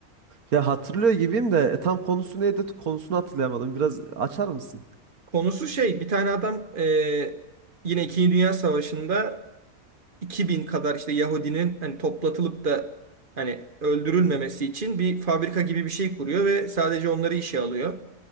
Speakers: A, on the right; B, on the right.
A: Ya hatırlıyor gibiyim de e, tam konusu neydi konusunu hatırlayamadım biraz açar mısın?
B: Konusu şey bir tane adam e, yine İkinci Dünya Savaşı'nda 2000 kadar işte Yahudinin hani toplatılıp da hani öldürülmemesi için bir fabrika gibi bir şey kuruyor ve sadece onları işe alıyor.